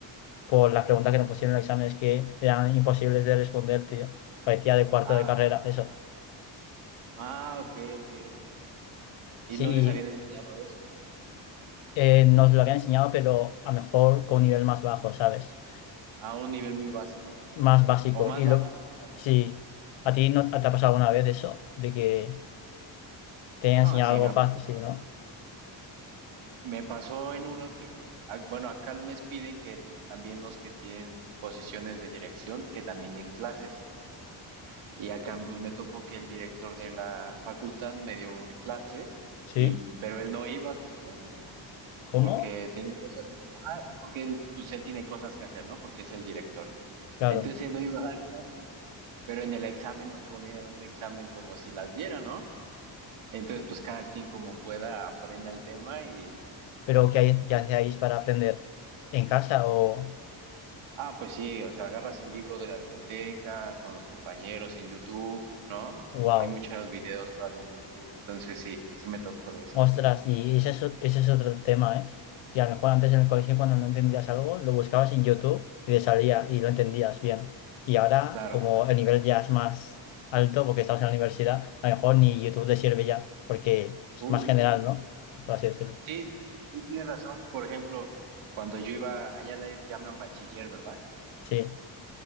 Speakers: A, on the left; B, on the right.
A: por las preguntas que nos pusieron en los exámenes que eran imposibles de responder, tío. Parecía de cuarto
B: Ah,
A: de carrera, eso.
B: ah, ok, ok. y
A: Sí,
B: no les habían enseñado eso
A: eh, nos lo había enseñado, pero a lo mejor con un nivel más bajo, ¿sabes?
B: a un nivel muy básico
A: Más básico.
B: o más
A: Y lo,
B: básico, más básico.
A: sí, ¿a ti no te ha pasado alguna vez eso? De que te haya
B: No,
A: enseñado
B: así
A: algo
B: me, ap-
A: fácil, sí, ¿no?
B: me pasó en uno que, ah, bueno, acá les piden que también los que tienen posiciones de dirección, que también den clases. Y acá pues me tocó que el director de la facultad me dio un clases,
A: Sí.
B: y, pero él no iba a sus clases
A: ¿Cómo?
B: porque tenía cosas, ajá, porque él, pues él tiene cosas que hacer, ¿no? Porque es el director.
A: Claro,
B: Entonces él no iba a dar clases. pero en el examen nos ponían un examen como si las diera, ¿no? Entonces, pues cada quien como pueda aprenda el tema y,
A: pero ¿qué, hay, qué
B: y-
A: hacíais para aprender? ¿En casa o...?
B: ah, pues sí, o sea, agarras el libro de la biblioteca con los compañeros en YouTube, ¿no?
A: ¡Wow!
B: Hay muchos videos todavía en YouTube, entonces sí, sí me tocó de esos.
A: Ostras, y ese es, o- ese es otro tema, ¿eh? Y a lo mejor antes en el colegio cuando no entendías algo, lo buscabas en YouTube y te salía y lo entendías bien. Y ahora,
B: Claro.
A: como el nivel ya es más alto, porque estamos en la universidad, a lo mejor ni YouTube te sirve ya, porque es
B: Uh,
A: más general, ¿no? Por así decirlo.
B: sí, sí tienes razón. Por ejemplo, cuando yo iba, allá le llaman bachiller, ¿verdad?
A: Sí,